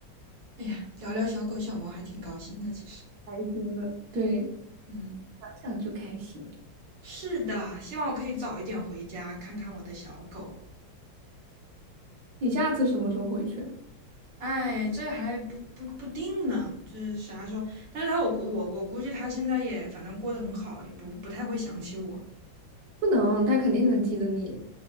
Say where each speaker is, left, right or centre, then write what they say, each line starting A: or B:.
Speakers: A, on the right; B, on the right.
A: 哎呀，聊聊小狗小猫还挺高兴的，其实。
B: 开心的。对，
A: 嗯，
B: 想想就开心。
A: 是的，希望我可以早一点回家看看我的小狗。
B: 你下次什么时候回去啊？
A: 哎，这还不不不定呢，这啥时候？但是他我估我我估计他现在也反正过得很好，也不不太会想起我，
B: 不能，他肯定能记得你。